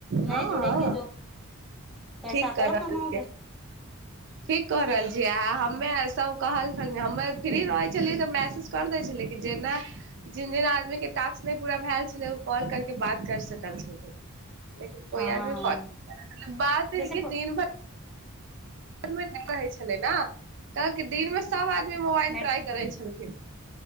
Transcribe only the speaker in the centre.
नए
जुड़ेंगे जो पैसा
आप
आओर
कमाओगे
हाँ
जैसे प
नेट